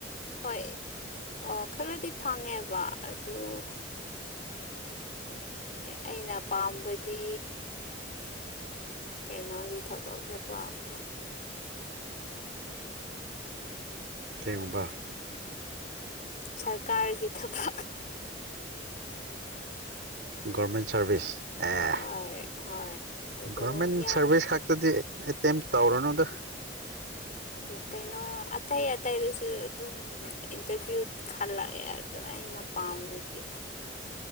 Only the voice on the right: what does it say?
ꯀꯨꯝꯕ
ꯒꯚꯃꯦꯟ ꯁꯔꯚꯤꯁꯁ ꯑꯦ
ꯒꯣꯔꯃꯦꯟ
ꯁꯥꯔꯚꯤꯁ ꯈꯛꯇꯗꯤ ꯑꯦ ꯇ ꯇꯧꯔꯅꯨꯗ